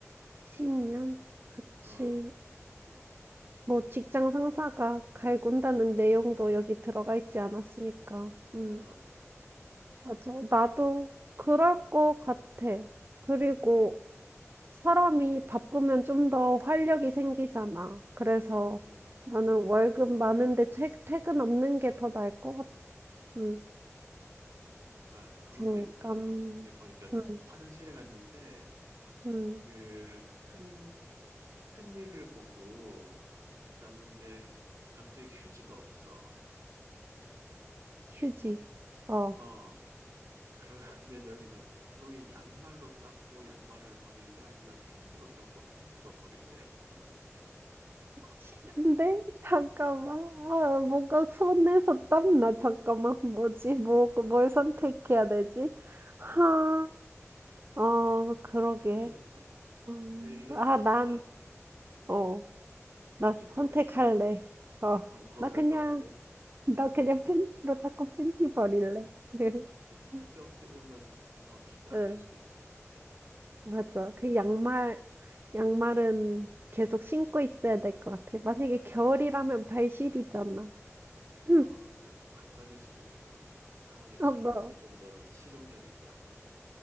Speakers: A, on the right; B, on the right.
A: 10년? 그치.
B: 어,
A: 뭐 직장 상사가 갈군다는 내용도 여기 들어가 있지 않았으니까. 음,
B: 어,
A: 맞아. 나도 그럴 것 같아. 그리고
B: 음,
A: 사람이 바쁘면 좀 더 활력이 생기잖아. 그래서
B: 음,
A: 나는 월급 많은데 퇴, 퇴근 없는 게 더 나을 것 같아. 음,
B: 아 그것도
A: 잠깐.
B: 있다 이 보니까
A: 음,
B: 화장실에 갔는데
A: 음,
B: 그, 큰, 큰 일을 보고 났는데 갑자기 휴지가 없어.
A: 휴지. 어.
B: 어, 그러면 <laughs> 여기서 너의 양말로 닦고 양말을 버릴래? 아니면 팬티로 닦고 팬티로 버릴래? 이런 게 있네.
A: 싫은데? 잠깐만.
B: 어,
A: 아, 뭔가 손에서 땀나. 잠깐만. 뭐지? 뭐, 뭘 선택해야 되지? 하, 어, 그러게.
B: 이거,
A: 음,
B: 이거, 이것도
A: 아,
B: 진짜
A: 난, 어, 나
B: 또
A: 선택할래.
B: 어렵다. 하다
A: 어,
B: 뭐것
A: 나 그냥,
B: 같아.
A: 나 그냥 팬티로 닦고 팬티 버릴래. <laughs>
B: 그- 그게 어떻게 보면 어, 티가
A: 응,
B: 안 날 수도 있을 것 같아.
A: 맞아. 그 양말, 양말은 계속 신고 있어야 될 것 같아. 만약에 겨울이라면 발시리잖아.
B: 어,
A: 응,
B: 그리고 발까질 수도 있고 상황에 따라서
A: 어, 너,
B: 그게
A: <clears throat>
B: 좀 더 실용적일 것 같아.